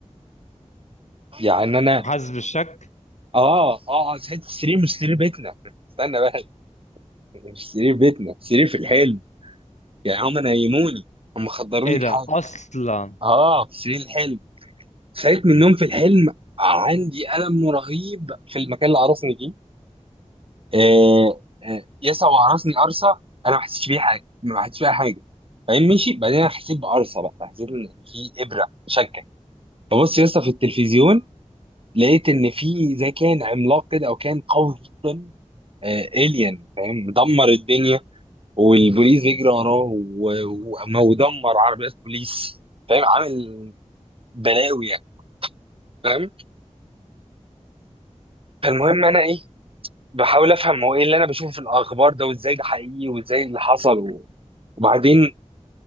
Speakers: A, on the right; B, on the left.
A: يعني انا
B: وحاسس بالشك
A: اه اه ساعة السرير مش سرير بيتنا استنى بقى مش سرير بيتنا سرير في الحلم يعني هم نيموني هم خدروني
B: ايه ده
A: بحاجه
B: اصلا
A: اه في سرير الحلم صحيت من النوم في الحلم عندي ألم رهيب في المكان اللي عرسني فيه آه آه يسع وعرسني قرصة أنا ما حسيتش بيها حاجة ما حسيتش بيها حاجة بعدين مشي بعدين أنا حسيت بقرصة بقى حسيت إن في إبرة شكة ببص يسطا في التلفزيون لقيت إن في زي كان عملاق كده أو كان قوي جدا الين فاهم مدمر الدنيا والبوليس بيجري وراه و- و- ودمر عربيات بوليس فاهم عامل بلاوي يعني فاهم فالمهم انا ايه بحاول افهم هو ايه اللي انا بشوفه في الاخبار ده وازاي ده حقيقي وازاي اللي حصل و- وبعدين